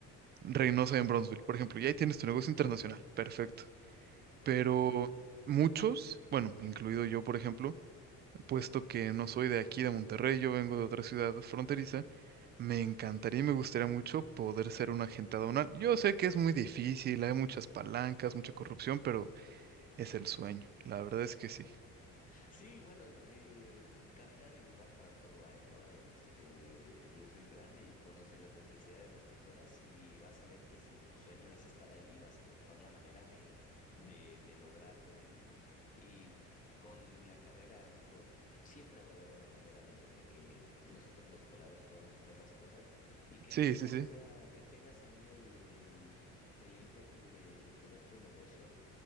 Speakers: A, on the right; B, on the left.
A: Reynosa, en Brownsville, por ejemplo, y ahí tienes tu negocio internacional, perfecto.
B: ok.
A: Pero muchos, bueno, incluido yo, por ejemplo, puesto que no soy de aquí, de Monterrey, yo vengo de otra ciudad fronteriza, me encantaría y me gustaría mucho poder ser un agente aduanal. Yo sé que es muy difícil, hay muchas palancas, mucha corrupción, pero es el sueño. La verdad es que sí.
B: Sí, bueno, eh, cavidad y lugar para todo hay, ¿no? Este, Dios es grande y conoce las necesidades de las personas y vas a ver que si tu sueño es estar ahí, vas a encontrar la manera de, de, de lograrlo y, y con la carrera, digo, siempre va a haber una manera de, de que nosotros los colados podamos hacer las cosas y qué
A: Sí,
B: chido,
A: sí, sí.
B: o sea, que tengas ahí el, el, el ímpetu de, de poner tu negocio.